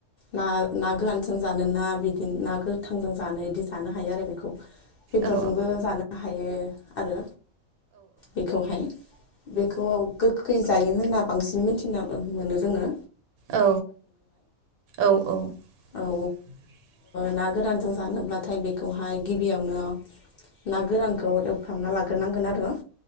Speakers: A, on the left (about 60°); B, on the right (about 85°).
A: ना ना गोरानजों जानो ना बिदि ना गोथांजों जानो बिदि जानो हायो आरो बेखौ बेदरजोंबो
B: औ
A: जानो हायो आरो बेखौहाय बेखौ गोखै जायो होनना बांसिन मोनथिना मोनो रोंङो
B: औ औ औ। <unintelligible>
A: औ ना गोरानजों जानोब्लाथाय बेखौहाय गिबियावनो ना गोरानखौ एवफ्रामना लाग्रोनांगोन आरो